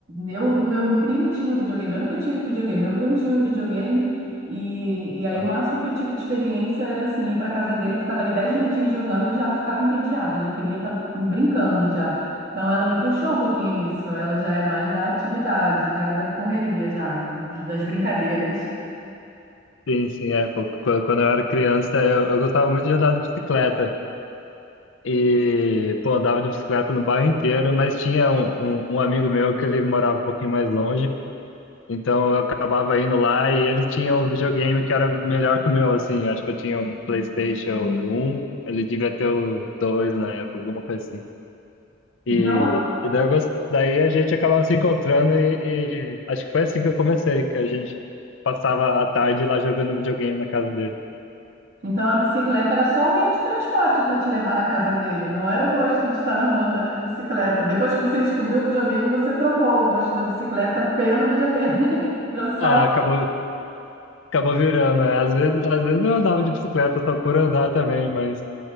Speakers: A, on the right; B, on the left.
A: Eu, meu primo tinha um videogame. Eu nunca tive videogame. Meu primo tinha um videogame. E, e aí
B: Aham.
A: o máximo que eu tive de experiência era assim, ir para casa dele, ficava ali 10 minutinhos jogando e já ficava entediada, já queria estar brincando já. Então ela me puxou um pouquinho nisso, ela já é mais da atividade, já da correria, já de- das brincadeiras.
B: Sim, sim, é. pô, Quando, quando eu era criança, eu, eu gostava muito de andar de bicicleta. E, pô, andava de bicicleta no bairro inteiro, mas tinha um, um, um amigo meu que ele morava um pouquinho mais longe. Então eu acabava indo lá e ele tinha um videogame que era melhor que o meu, assim. eu Acho que eu tinha um PlayStation um. ele devia ter o 2 na época, alguma coisa assim. E,
A: Então, a-
B: e daí, eu gost- daí a gente acabava se encontrando e, e acho que foi assim que eu comecei, que a gente passava a tarde lá jogando videogame na casa dele.
A: então a bicicleta era só o meio de transporte para te levar na casa dele, não era o gosto de estar na rua andando de bicicleta. Depois que você descobriu o videogame, você trocou o gosto da bicicleta pelo videogame. <laughs> Trouxe só
B: Ah,
A: o...
B: acabou, acabou virando. é. Às vezes, às vezes eu andava de bicicleta só por andar também, mas